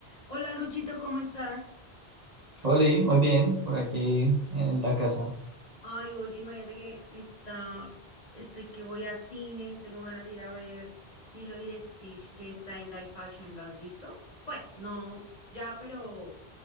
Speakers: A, on the left; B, on the right.
A: Hola Luchito, ¿cómo estás?
B: Oli, muy bien, por aquí en la casa.
A: Ay, oye, imagínate que está, estoy que voy a cine, tengo ganas de ir a ver Lilo y Stitch que está en Live Fashion, ¿lo has visto? Pues no, ya, pero